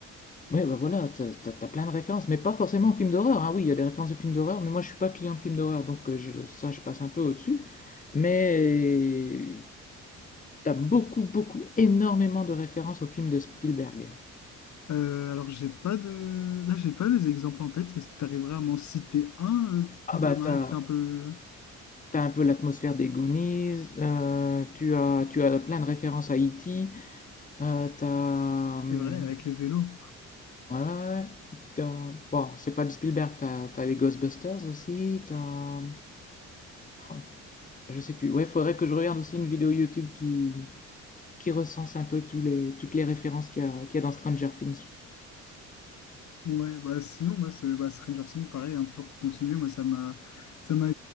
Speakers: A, on the left; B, on the left.
A: Ouais, bah voilà, t'as, t'as- t'as plein de références, mais pas forcément films d'horreur. hein. Oui, il y a des références de films d'horreur, mais moi je suis pas client de films d'horreur, donc euh, je- ça je passe un peu au-dessus. Mais t'as beaucoup, beaucoup, énormément de références aux films de Spielberg.
B: Euh, alors, j'ai pas de... Là, j'ai pas les exemples en tête. Est-ce que tu arriveras à m'en citer un euh, qui
A: Ah
B: t'a
A: bah
B: marqué,
A: t'as,
B: qui t'a un peu...
A: t'as un peu l'atmosphère des Goonies, euh, tu as, tu as plein de références à E.T., euh, t'as, hum,
B: C'est vrai, avec les vélos.
A: Ouais, ouais, ouais. T'as- Bon, c'est pas du Spielberg, t'as t'as les Ghostbusters aussi, t'as... Oh, je sais plus. Ouais, faudrait que je regarde aussi une vidéo YouTube qui, qui recense un peu tous les, toutes les références qu'il y a, qu'il y a dans Stranger Things.
B: Ouais, bah sinon, moi, c'est- bah, Stranger Things, pareil, hein, toujours pour continuer, moi, ça m'a ça m'a